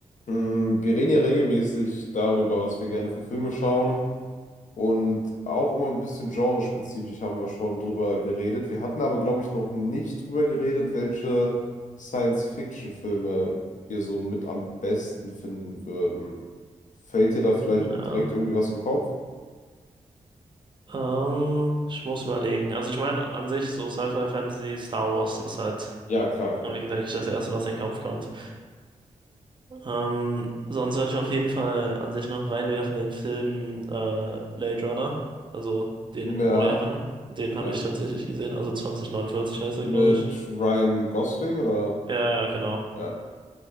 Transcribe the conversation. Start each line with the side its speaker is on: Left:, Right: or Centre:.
Left: Mm, Wir reden ja regelmäßig darüber, was wir gerne für Filme schauen. Und auch immer ein bisschen genrespezifisch haben wir schon drüber geredet. Wir hatten aber, glaube ich, noch nicht drüber geredet, welche Science-Fiction-Filme wir so mit am besten finden würden. Fällt dir da vielleicht
Right: Ja.
Left: direkt irgendwie was im Kopf?
Right: Ähm, ich muss überlegen. Also ich meine, an sich so Sci-Fi, Fantasy, Star Wars ist halt,
Left: Ja, klar, klar.
Right: denke ich, das Erste, was in den Kopf kommt. Ähm, sonst würde ich auf jeden Fall an sich noch reinwerfen den Film äh, Blade Runner, also den
Left: Ja,
Right: neueren. Den habe
Left: ja.
Right: ich tatsächlich gesehen, also 2049 heißt er,
Left: Mit
Right: glaube ich.
Left: Ryan Gosling oder?
Right: Ja, ja, genau.
Left: Ja.